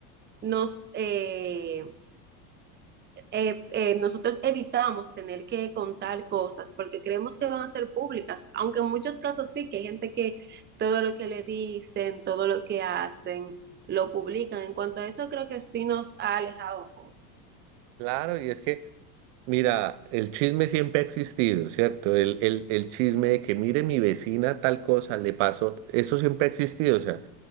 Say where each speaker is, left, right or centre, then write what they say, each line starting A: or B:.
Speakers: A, on the right; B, on the right.
A: nos, eh, eh, eh, nosotros evitamos tener que contar cosas porque creemos que van a ser públicas, aunque en muchos casos sí, que hay gente que todo lo que le dicen, todo lo que hacen, lo publican. En cuanto a eso, creo que sí nos ha alejado un poco.
B: Claro, y es que, mira, el chisme siempre ha existido, ¿cierto? El, el, el chisme de que mire mi vecina tal cosa, le pasó, eso siempre ha existido, o sea.